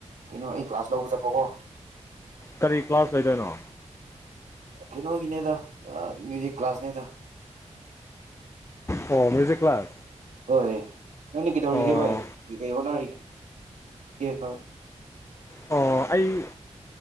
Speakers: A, on the right (about 75°); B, on the left (about 20°).
A: ꯀꯩꯅꯣ ꯑꯩ ꯀ꯭ꯂꯥꯁ ꯂꯧꯕ ꯆꯠꯄꯀꯣ
B: ꯀꯔꯤ ꯀ꯭ꯂꯥꯁ ꯑꯣꯢꯗꯣꯏꯅꯣ
A: ꯀꯩꯅꯣꯒꯤꯅꯦꯗ ꯃ꯭ꯌꯨꯖꯤꯛ ꯀ꯭ꯂꯥꯁꯅꯦꯗ
B: ꯑꯣ ꯃ꯭ꯌꯨꯖꯤꯛ ꯀ꯭ꯂꯥꯁ
A: ꯍꯣꯏ ꯅꯪꯗꯤ ꯀꯩꯗꯧꯔꯤꯒꯦ
B: ꯑꯣ
A: ꯚꯥꯏ ꯀꯩ ꯀꯩ ꯍꯣꯠꯅꯔꯤꯒꯦ <unintelligible>
B: ꯑꯣ ꯑꯩ